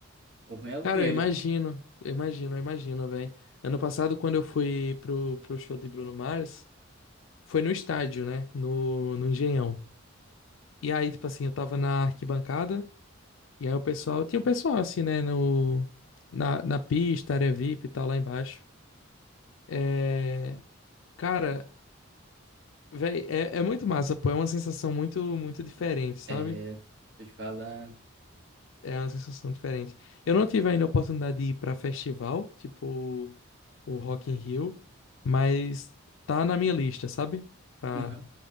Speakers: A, on the right; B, on the left.
A: O ruim é o
B: Cara,
A: dinheiro.
B: eu imagino, eu imagino, eu imagino, velho. Ano passado, quando eu fui pro, pro show de Bruno Mars, foi no estádio, né? No, no Engenhão. E aí, tipo assim, eu tava na arquibancada, E aí o pessoal, tinha o pessoal assim, né, no, na, na pista, área VIP e tal, lá embaixo. É, cara, velho, é, é muito massa, pô, é uma sensação muito, muito diferente, sabe?
A: É, tô te falando.
B: É uma sensação diferente. Eu não tive ainda a oportunidade de ir pra festival, tipo o Rock in Rio, mas tá na minha lista, sabe? Pra,
A: Não.